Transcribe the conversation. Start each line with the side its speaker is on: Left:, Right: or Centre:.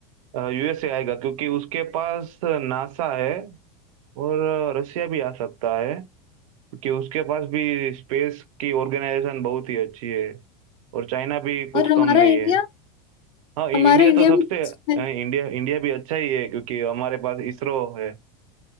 Right: यूएसए आएगा क्योंकि उसके पास नासा है और रसिया भी आ सकता है क्योंकि उसके पास भी स्पेस की ऑर्गेनाइजेशन बहुत ही अच्छी है और चाइना भी कुछ
Left: और हमारा
Right: कम नहीं
Left: इंडिया
Right: है हाँ इ-
Left: हमारा
Right: इंडिया तो
Left: इंडिया
Right: सबसे
Left: भी
Right: अ,
Left: है।
Right: इंडिया इंडिया भी अच्छा ही है क्योंकि हमारे पास इसरो है